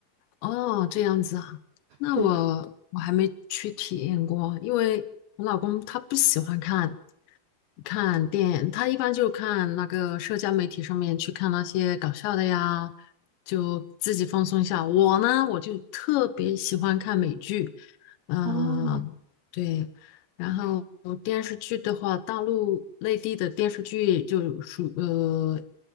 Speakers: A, on the left (about 85°); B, on the right (about 75°).
A: 哦，这样子啊，那我我还没去体验过，
B: 对的，
A: 因为我老公他不喜欢看，看电，他一般就看那个社交媒体上面去看那些搞笑的呀，就自己放松一下。我呢，我就特别喜欢看美剧，嗯、
B: 哦，
A: 对。然后电视剧的话，大陆内地的电视剧就属呃，